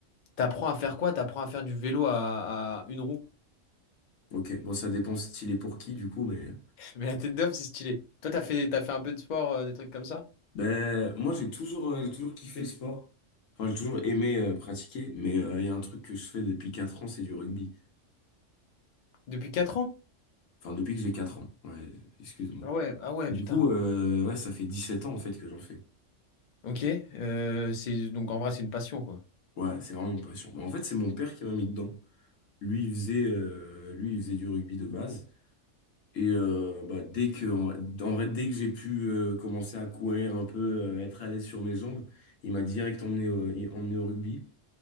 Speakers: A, on the left (about 45°); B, on the left (about 80°).
A: T'apprends à faire quoi? T'apprends à faire du vélo à, à une roue.
B: Ok. Bon, ça dépend style et pour qui, du coup, mais.
A: <laughs> Mais la tête d'homme, c'est stylé. Toi, t'as fait, t'as fait un peu de sport, euh, des trucs comme ça?
B: Ben, moi, j'ai toujours, euh, j'ai toujours kiffé le sport. Enfin, j'ai toujours aimé euh, pratiquer, mais euh, il y a un truc que je fais depuis 4 ans, c'est du rugby.
A: Depuis 4 ans?
B: Enfin, depuis que j'ai quatre ans. Ouais, excuse-moi.
A: Ah ouais, ah ouais,
B: Et du
A: putain.
B: coup, euh, ouais, ça fait 17 ans, en fait, que j'en fais.
A: Ok. euh, c'est, donc en vrai, c'est une passion, quoi.
B: Ouais, c'est vraiment une passion. Ben, en fait, c'est mon père qui m'a mis dedans. Lui, il faisait, euh, lui, il faisait du rugby de base. Et euh, bah, dès que, en, en vrai, dès que j'ai pu euh, commencer à courir un peu, euh, être à l'aise sur mes jambes, il m'a direct emmené au, emmené au rugby.